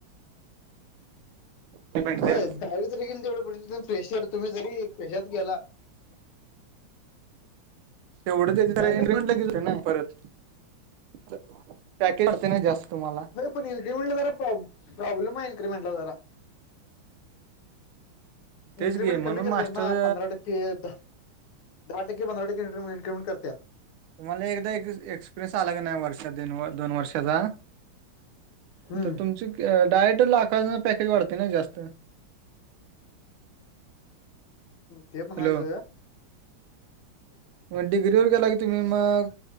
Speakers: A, on the right (about 85°); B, on the left (about 85°).
A: पेमेंट
B: होय
A: द्या
B: ा तरी गे ज तेवढ पेशीर तुम्ही जरी पेशात गेला
A: तेवढंचेच
B: कायलं
A: परत पॅकेज पते ना जास्त तुम्हाला
B: पण इनक्रीमेंटला जरा प्रॉ प्रॉब्लेम आहे इनक्रीमेंटला जरा
A: तेच
B: इन्क्रिमेंट
A: घे
B: कमी
A: म्हणून
B: करत
A: मास्टर
B: ना पंधरा टक्के ते द दहा टक्के पंधरा टक्के इन्क्रीिमेंट करतात
A: तुम्हाला एकदा एक्सपिरियन्स आला क नाही वर्षात दोन वर्षाचा
B: हम्म
A: तर तुमची डायट लाखांना पॅकेज वाढते ना जास्त
B: ते पण
A: हॅलो
B: हाचोया
A: मग डिग्री वर गेला की तुम्ही मग